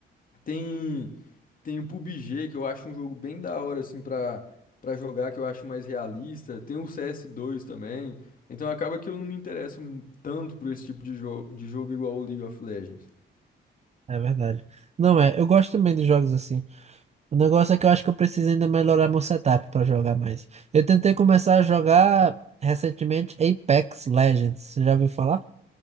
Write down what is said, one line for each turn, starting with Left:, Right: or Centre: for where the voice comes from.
Left: Tem, tem o PUBG, que eu acho um jogo bem da hora, assim, pra, para jogar, que eu acho mais realista. Tem o CS2 também. Então acaba que eu não me interesso mu- tanto por esse tipo de, jogo de jogo igual o League of Legends.
Right: É verdade. Não é, eu gosto também de jogos assim. O negócio é que eu acho que eu preciso ainda melhorar meu setup pra jogar mais. Eu tentei começar a jogar recentemente Apex Legends. Você já ouviu falar?